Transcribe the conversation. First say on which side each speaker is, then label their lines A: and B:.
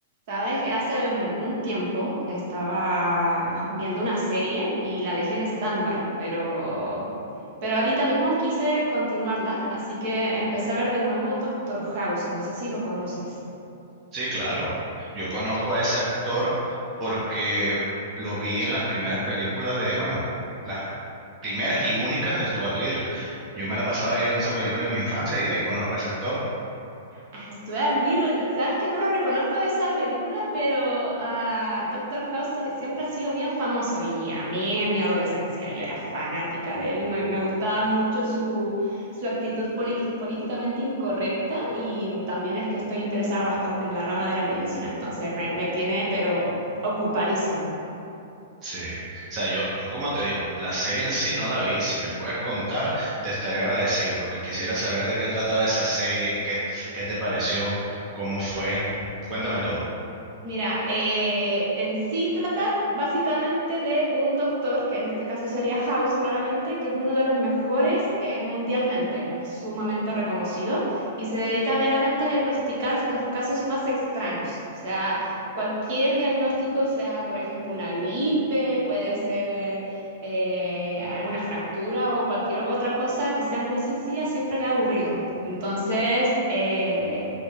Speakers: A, on the right; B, on the right.
A: Sabes que hace mm, un tiempo estaba viendo una serie y la dejé en stand-by, pero, pero ahorita mismo quise continuarla, así que empecé a ver de nuevo Doctor House. No sé si lo conoces.
B: Sí, claro. Yo conozco a ese actor porque lo vi en las primeras películas de, bueno, las primeras y únicas de Stuart Little. Yo me la pasaba viendo esa película en mi infancia y de ahí conozco a ese actor.
A: A Stuart Little, sabes que no lo reconozco de esa película, pero ah, Doctor House eh, siempre ha sido bien famoso y a mí en mi adolescencia yo era fanática de él, me, me gustaba mucho su, su actitud poli- políticamente incorrecta y también es que estoy interesada bastante en la rama de la medicina, entonces me, me tiene pero ocupadísima.
B: Sí. O sea, yo, yo como te digo, la serie en sí no la vi. Si me puedes contar, te estaré agradecido porque quisiera saber de qué trataba esa serie, qué, qué te pareció, cómo fue. Cuéntame todo.
A: Mira, eh, en sí trata básicamente de un doctor, que en este caso sería House, claramente, que es uno de los mejores eh, mundialmente, eh, sumamente reconocido, y se dedica meramente a diagnosticar los casos más extraños. O sea, cualquier diagnóstico, sea por ejemplo una gripe, puede ser eh, una fractura o cualquier otra cosa que sea muy sencilla, siempre le ha aburrido. Entonces, eh,